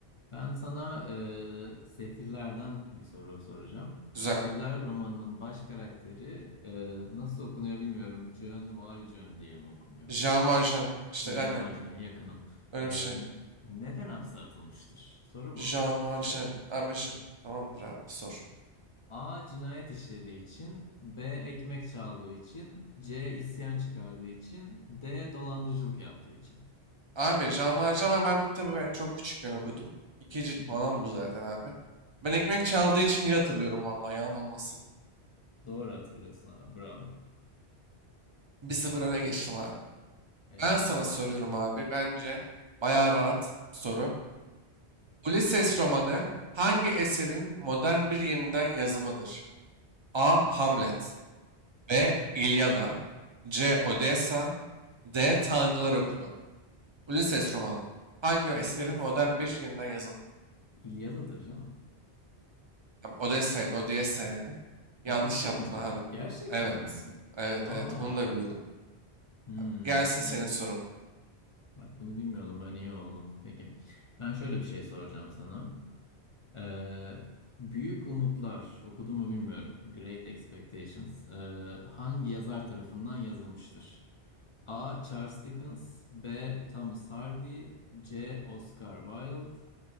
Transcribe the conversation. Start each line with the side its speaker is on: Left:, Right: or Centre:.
Left: Ben sana eee, Sefiller'den bir soru soracağım. Sefiller
Right: Güzel.
Left: romanının baş karakteri eee, nasıl okunuyor bilmiyorum. John Valjean diye mi okunuyor?
Right: Jean Valjean. İşte
Left: John
Right: aynen.
Left: Valjean yakınım.
Right: Öyle
Left: Eee,
Right: bir şey.
Left: neden hapse atılmıştır? Soru bu.
Right: Jean Valjean. Abi J- tamamdır abi sor.
Left: A cinayet işlediği için, B ekmek çaldığı için, C isyan çıkardığı için, D dolandırıcılık yaptığı için.
Right: Abi Jean Valjean ben, ben bu kitabı ben çok küçükken okudum. İki cilt
Left: Hı hı.
Right: falan bu zaten abi. Ben ekmek çaldığı için diye hatırlıyorum vallahi yalan olmasın.
Left: Doğru hatırlıyorsun abi. Bravo.
Right: bir sıfır öne geçtim abi.
Left: Evet.
Right: Ben sana soruyorum abi. Bence bayağı rahat bir soru. Ulises romanı hangi eserin modern bir yeniden yazımıdır? A. Hamlet B. İlyada C. Odessa D. Tanrılar Okulu Ulises romanı hangi eserin
Left: Ulises
Right: modern bir yeniden yazımı?
Left: İlyada'dır canım.
Right: Tam Odessa'ydı, Odessa yani.
Left: Odessa
Right: Yanlış yaptın
Left: mı?
Right: abi.
Left: Gerçekten
Right: Evet.
Left: mi?
Right: Evet,
Left: Aa.
Right: evet. Bunu da biliyordum.
Left: Hmm.
Right: Abi, gelsin senin sorun.
Left: Bak bunu bilmiyordum. Ben iyi oldum. Peki. Ben şöyle bir şey soracağım sana. Ee, Büyük Umutlar okudun mu bilmiyorum. Great Expectations. Ee, hangi yazar tarafından yazılmıştır? A. Charles Dickens B. Thomas Hardy C. Oscar Wilde